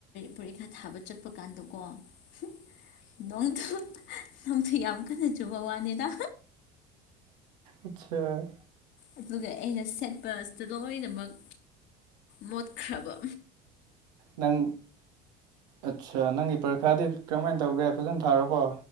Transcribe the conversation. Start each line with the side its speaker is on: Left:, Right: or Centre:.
Left: ꯄꯣꯔꯤꯈꯥ ꯊꯥꯕ ꯆꯠꯄ ꯀꯥꯟꯗꯀꯣ ꯍꯨ ꯅꯣꯡ ꯅꯣꯡꯊꯤ ꯌꯥꯝ ꯀꯟꯅ ꯆꯨꯕ ꯋꯥꯅꯤꯗ
Right: ꯑꯠꯁꯥ
Left: ꯑꯗꯨꯒ ꯑꯩꯅ ꯁꯦꯠꯄ ꯑꯁꯤ ꯂꯣꯏꯅꯃꯛ ꯃꯣꯠꯈ꯭ꯔꯕ
Right: ꯅꯪ ꯑꯠꯁꯥ ꯅꯪꯒꯤ ꯄꯔꯤꯈꯥꯗꯤ ꯀꯔꯝꯃꯥꯏꯅ ꯇꯧꯒꯦ ꯐꯖꯅ ꯊꯥꯔꯕꯣ